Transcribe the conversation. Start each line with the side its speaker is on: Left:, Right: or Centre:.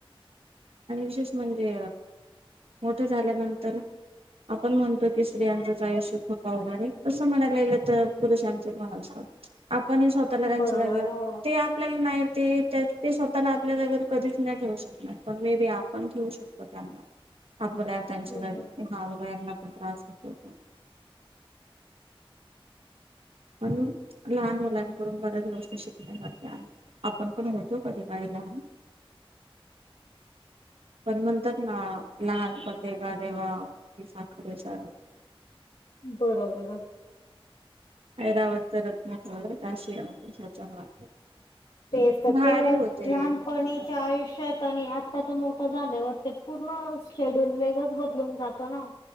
Right: आणि विशेष म्हणजे मोठं झाल्यानंतर? आपण म्हणतो की स्त्रयांचंच आयुष्य खूप आवघ आहे तसं म्हणायला गेलं तर पुरुशांच भाव अस. पण हे स्वतःला त्यांच
Left: बरोबर
Right: जागेवर
Left: हो
Right: ते आपल्याला नाही. ते ते स्वतःला आपल्या जाग्यावर कधीच नाही ठेवू नाही शकणार पण मे बी आपण ठेव शकतो त्यांना. आपल्या त्यांच्या
Left: हम्म.
Right: जागी हा बाबा ह्यना खूप त्रास होतो. म्हणून लहान मुलांकडून बऱ्याच गोष्टी शिकण्यासारख्या आपण पण होतो कधी बाहेर. <unintelligible> पण म्हणतात ना लहानपण देगा देवा मुंगी साखरेचा रवा.
Left: बरोबर आहे.
Right: ऐरावत <unintelligible> माग
Left: तेच तर
Right: भारी
Left: तेव्हा
Right: होते.
Left: लहानपणीच्या आयुष्यात आणि आता त्याच मोठं झाल्यावर ते पूर्ण शेड्यूल वेगच बदलून जात ना?